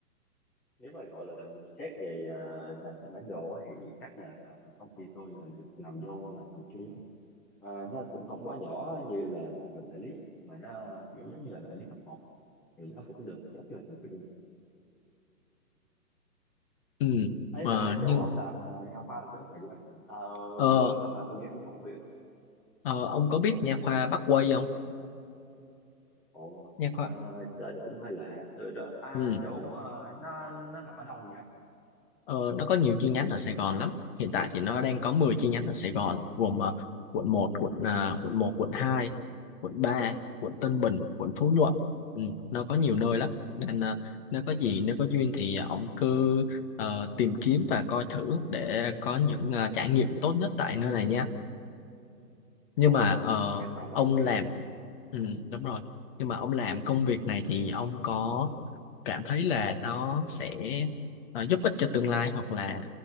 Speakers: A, in the centre; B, on the left.
A: nếu mà gọi là xét về à, nằm trên bản đồ á, thì chắc là công ty tôi là được nằm vô là tầm trung à, nó cũng không quá nhỏ như là đại lý mà nó kiểu giống như là đại lý cấp một thì nó cũng được xếp vô tầm trung
B: ừ
A: ấy
B: Ờ,
A: mà chỗ
B: nhưng
A: ông làm à, nha khoa là chỗ nào vậy đó Ờ,
B: ờ,
A: bữa hôm là tôi đi ông hộ việc
B: ờ, ông có biết nha khoa Bắc Quây không
A: ồ
B: nha khoa
A: à, tên cũng hơi lạ từ đó à,
B: ừ
A: chỗ à, nó nó nằm ở đâu vậy
B: Ờ, nó có nhiều chi nhánh ở Sài Gòn lắm hiện tại thì nó đang có 10 chi nhánh ở Sài Gòn gồm ờ, quận một, quận ờ, quận 1 quận 2 quận 3 quận Tân
A: ồ
B: Bình quận Phú Nhuận ừ, nó có nhiều nơi lắm nên ờ, nếu có gì nếu có duyên thì ông cứ ờ, tìm kiếm và coi thử để có những ờ, trải nghiệm tốt nhất tại nơi này nha
A: ồ
B: nhưng mà ờ,
A: nha khoa
B: ông
A: Bách Quang
B: làm ừ, đúng rồi nhưng mà ông làm công việc này thì ông có cảm thấy là nó sẽ ờ, giúp ích cho tương lai hoặc là